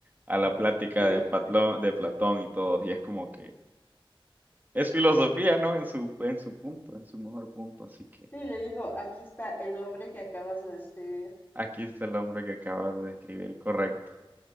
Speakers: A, on the right; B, on the left.
A: A la plática
B: <laughs>
A: de Patlón, de Platón y todo. Y es como que Es filosofía, ¿no? En su, en su punto, en su mejor punto. Así que
B: Sí, le dijo, aquí está el hombre que acabas de describir.
A: aquí está el hombre que acabas de describir, correcto.